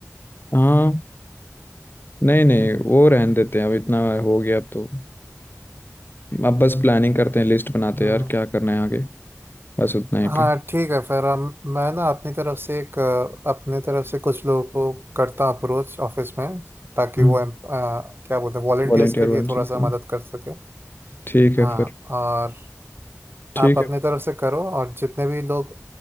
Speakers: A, on the left; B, on the right.
A: हाँ नहीं नहीं वो रहने देते हैं अब इतना हो गया अब तो अब बस प्लानिंग करते हैं लिस्ट बनाते
B: हाँ
A: हैं यार क्या करना है आगे बस उतना ही
B: हाँ,
A: पे
B: ठीक है फिर हम मैं ना अपनी तरफ से एक अ, अपने तरफ से कुछ लोगों को करता हूँ अप्रोच ऑफिस में ताकि
A: हम्म
B: वो एम- अ, क्या बोलते हैं वॉलेंटियर्स
A: वॉलेंटियर
B: के लिए
A: बन से
B: थोड़ा
A: हाँ,
B: सा मदद कर सके
A: ठीक
B: हाँ
A: है फिर
B: और
A: ठीक
B: आप अपनी
A: है
B: तरफ से करो और जितने भी लोग